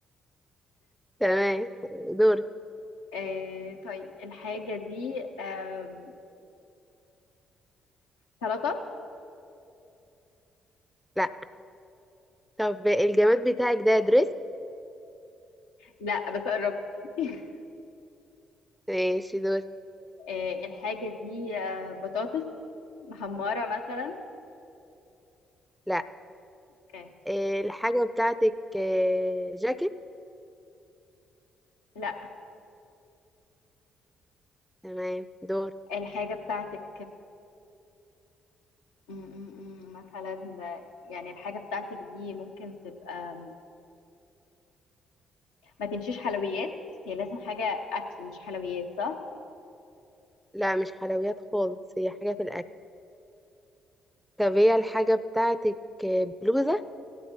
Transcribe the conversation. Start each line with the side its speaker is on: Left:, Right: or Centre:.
Centre: تمام دور
Left: آه طيب الحاجة دي آه سلطة
Centre: لا طب الجماد بتاعك ده دريس
Left: لا بس قربت <laughs>
Centre: ماشي دور
Left: آه الحاجة دي آه بطاطس محمرة مثلا
Centre: لا
Left: اوكي
Centre: إيه الحاجة بتاعتك إيه جاكيت
Left: لا
Centre: تمام دور
Left: الحاجة بتاعتك م- م- م. مثلا يعني الحاجة بتاعتك دي ممكن تبقى ما تمشيش حلويات هي لازم حاجة أكل مش حلويات صح؟
Centre: لا مش حلويات خالص هي حاجة في الأكل طب هي الحاجة بتاعتك إيه بلوزة